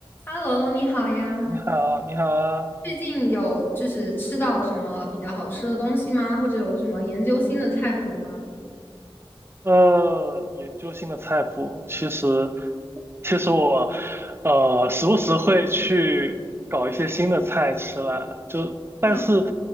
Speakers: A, on the left (about 20°); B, on the right (about 25°).
A: Hello，你好呀！
B: 你好，你好啊。
A: 最近有就是吃到什么比较好吃的东西吗？或者有什么研究新的菜谱吗？
B: 呃，研究新的菜谱，其实，其实我，呃，时不时会去搞一些新的菜吃啦，就，但是
A: 啊，